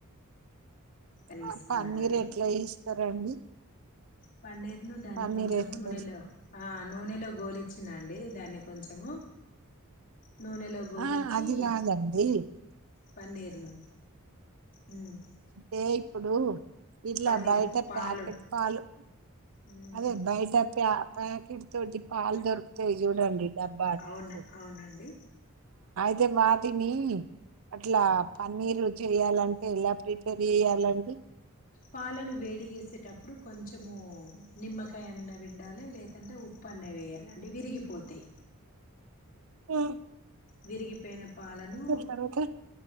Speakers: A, on the left (about 40°); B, on the right (about 65°).
A: అది తీసుకున్నామండి
B: ఆ పన్నీర్ ఎట్లా చేస్తారండి
A: పన్నీర్ ను దాన్ని
B: పన్నీర్
A: కొంచెము
B: ఎట్లా
A: నూనెలో ఆ నూనెలో గోలిచ్చ నండి దాన్ని కొంచెము నూనెలో గోలిచ్చి
B: ఆ అది కాదండి
A: పన్నీర్ను హ్మ్
B: అంతే ఇప్పుడు ఇట్లా
A: పన్నీరు
B: బయట
A: పాలు
B: ప్యాకెట్ పాలు
A: ఉమ్
B: అదే బయట ప్యా ప్యాకెట్ తోటి పాాలు దొరుకుతాయి చూడండి డబ్బాపు
A: అవును అవునండి
B: అదే మాదిని అట్లా పన్నీరు చెయాలంటే ఇలా ప్రిపేర్ చెయ్యాలండి
A: పాలను వేడిగేసేటప్పుడు కొంచము నిమ్మకాయన్న విండాలి లేదంటే ఉప్పు అన్న వేయాలండి విరిగి పోతాయి
B: హ
A: విరిగిపోయిన పాలను
B: తర్వాత